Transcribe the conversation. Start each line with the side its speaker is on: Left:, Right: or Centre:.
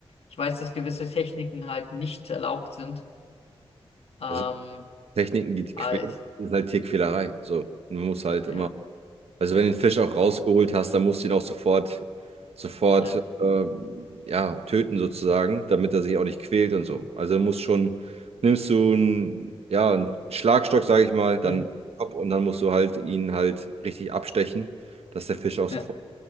Left: ich weiß, dass gewisse Techniken halt nicht erlaubt sind. Ähm,
Right: das sind Techniken, die die
Left: aber
Right: quälen.
Left: ich,
Right: Das ist halt Tierquälerei. So, und man muss halt
Left: ja,
Right: immer, also wenn du den Fisch auch rausgeholt hast, dann musst du ihn auch sofort, sofort,
Left: ja,
Right: äh, ja, töten sozusagen, damit er sich auch nicht quält und so. Also musst schon, nimmst du einen, ja, einen Schlagstock, sage ich mal, dann
Left: ja.
Right: Kopf und dann musst du halt ihn halt richtig abstechen, dass der Fisch auch sofort
Left: ja.